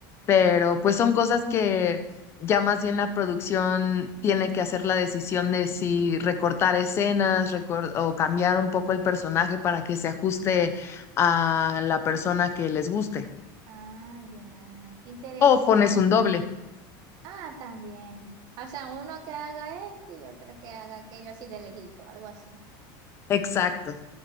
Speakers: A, on the left; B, on the right.
A: pero pues son cosas que ya más bien la producción tiene que hacer la decisión de si recortar escenas recor- o cambiar un poco el personaje para que se ajuste a la persona que les guste.
B: Ah, ya, interesante.
A: O pones un doble.
B: Ah, también. O sea, uno que haga esto y otro que haga aquello así de lejito, algo así.
A: Exacto.